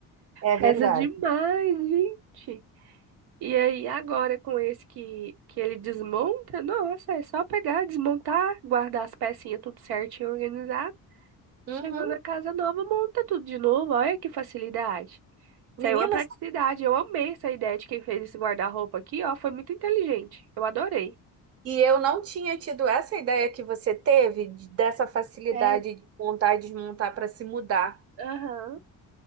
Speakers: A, on the right; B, on the right.
A: é
B: Pesa
A: verdade.
B: demais, gente. E aí, agora com esse que, que ele desmonta, nossa, é só pegar, desmontar, guardar as pecinhas tudo certinho, organizar.
A: Uhum.
B: Chegou na casa nova, monta tudo de novo. Olha que facilidade. Isso
A: Meninas,
B: aí é uma praticidade. Eu amei essa ideia de quem fez esse guarda-roupa aqui, ó. Foi muito inteligente. Eu adorei.
A: e eu não tinha tido essa ideia que você teve de- dessa facilidade
B: É,
A: de montar e desmontar para se mudar.
B: aham,